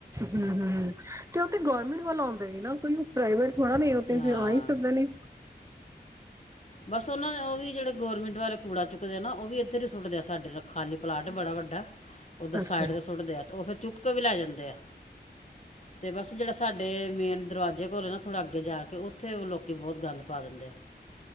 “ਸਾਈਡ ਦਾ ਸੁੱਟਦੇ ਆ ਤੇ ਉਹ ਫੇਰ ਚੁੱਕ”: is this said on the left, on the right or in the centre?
Left